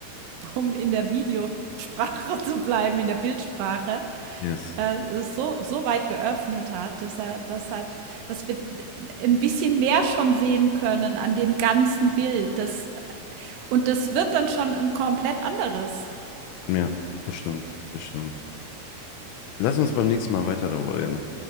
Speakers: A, on the right (about 75°); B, on the left (about 85°).
A: um in der Videosprache <laughs> zu bleiben, in der Bildsprache,
B: Yes.
A: äh, es so, so weit geöffnet hat, dass er das hat, dass wir ein bisschen mehr schon sehen können an dem ganzen Bild. Das, und das wird dann schon ein komplett anderes.
B: Ja, das stimmt, das stimmt. Lass uns beim nächsten Mal weiter darüber reden.